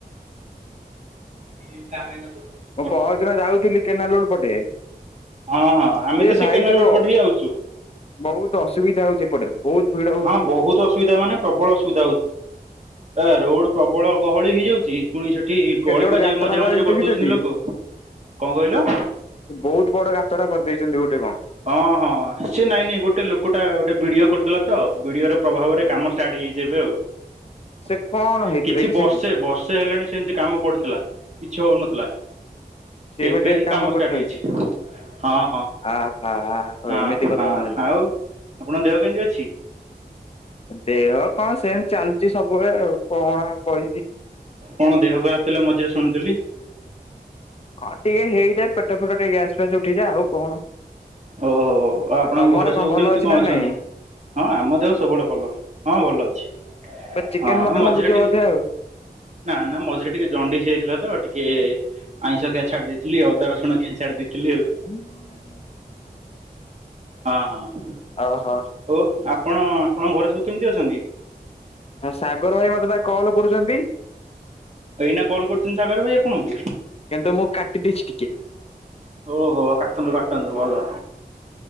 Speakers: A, on the right (about 45°); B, on the left (about 40°).
A: ଏ କାାମ <inaudible>
B: ମୁଁ ପହରଦିନ ଯାଉଥିଲି କେନାଲ ରୁଡ଼ ପଟେ
A: ହଁ ହଁ ଆମେତ
B: ସିଏ
A: ସେଇ
B: ଭାଇ
A: କେନାଲରୋଡ
B: ଯୋଉ
A: ପଟେହି ଆଉଚୁ।
B: ବହୁତ ଅସୁବିଧା ହଉଛି ଏପଟେ ବହୁତ ଭିଡ ହଉଛି।
A: ହଁ ବହୁତ ଅସୁବିଧା ମାନେ ପ୍ରବଳ ଅସୁ ଆ ରୋଡ ପ୍ରବଳ ଗହଳି ହେଇଯାଉଛି ପୁଣି ସେଠି ଗଳି
B: ଗୋଟେ
A: କଜିଆ
B: ଗାତଟା
A: ବି ମଝିରେ
B: କରାହେଇଚି
A: ମଝିରେ କରିଦଉଛନ୍ତି
B: ଦେଖିଚକି?
A: ଲୋକ। କଣ କହିଲ?
B: ସେ ବହୁତ ବଡ ଗାତଟେ କରିଦେଇଛନ୍ତି ଗୋଟେ କଣ
A: ହଁ ହଁ ସେ ନାଇଁ ନାଇଁ ଗୋଟେ ଲୋକଟା ଗୋଟେ ବିଡିଓ କରିଦେଲା ତ ବିଡିଓ ର ପ୍ରଭାବରେ କାମ ଷ୍ଟାର୍ଟ ହେଇଯାଇଛି ଆଉ
B: ସେ କଣ ହେଇଥିଲା
A: କିଛି
B: କି
A: ବର୍ଷେ
B: ସେଇଠି
A: ବର୍ଷେ ହେଲାଣି ସେମତି କାମ ପଡିଥିଲା କିଛି ହଉନଥିଲା
B: ସିଏ
A: ଏବେ
B: ବି ଟିକେ
A: ହିଁ କାମ ଷ୍ଟାର୍ଟ
B: କରିଛନ୍ତି।
A: ହେଇଛି। ହଁ ହଁ
B: ଆହା
A: ହଁ
B: ଏମିତି କଥା
A: ହଁ
B: ତାହେଲେ।
A: ଆଉ ଆପଣଙ୍କ ଦେହ କେନ୍ତି ଅଛି?
B: ଦେହ କଣ ସେମିତି ଚାଲଚି ସବୁବେଳେ ଆଉ କଣ ଆଉ କହିବି।
A: କଣ ଦେହ ଖରାପ ଥିଲା ମଝିରେ ଶୁଣୁଥିଲି।
B: ହଁ ଟିକେ ହେଇଯାଏ ପେଟ ଫେଟ ଟିକେ ଗ୍ୟାସ୍ ଫ୍ୟାସ୍ ଉଠିଯାଏ ଆଉ କଣ।
A: ଓହୋ ଆଉ ଆପଣଙ୍କ
B: ତମର
A: ଘରେ
B: କଣ
A: ସବୁ
B: ଭଲ
A: କେମିତି
B: ଅଛି
A: କଣ
B: ନା
A: ଅଛନ୍ତି?
B: ନାଇଁ?
A: ହଁ ଆମ ଦେହ ସବୁବେଳେ ଭଲ ହଁ ଭଲ ଅଛି।
B: ବା ଚିକେନ
A: ହଁ
B: ମଟନ
A: ମଝିରେ
B: ଉଡୁଥିବ
A: ଟିକେ
B: ବୋଧେ ଆଉ
A: ନା ନା ମଝିରେ ଟିକେ ଜଣ୍ଡିସ୍ ହେଇଥିଲା ତ ଟିକେ ଆଇଁଷ ଖିଆ ଛାଡ଼ି ଦେଇଥିଲି ଆ ଅଦା ରସୁଣ ଖିଆ ଛାଡ଼ି ଦେଇଥିଲି ଆଉ।
B: ହୁଁ <inaudible>
A: ହଁ ହଁ
B: ଓହୋ।
A: ଓ ଆପଣ ଆପଣଙ୍କ ଘରେ ସବୁ କେମିତି ଅଛନ୍ତି?
B: ହ ସାଗର ଭାଇ ମତେ ବା କଲ୍ କରୁଛନ୍ତି।
A: ଏଇନା କଲ୍ କରୁଛନ୍ତି ସାାଗର ଭାଇ ଆପଣଙ୍କୁ?
B: କିନ୍ତୁ ମୁଁ କାଟି ଦେଇଛି ଟିକେ
A: ଓହୋ କାଟନ୍ତୁ କାଟନ୍ତୁ ଭଲ।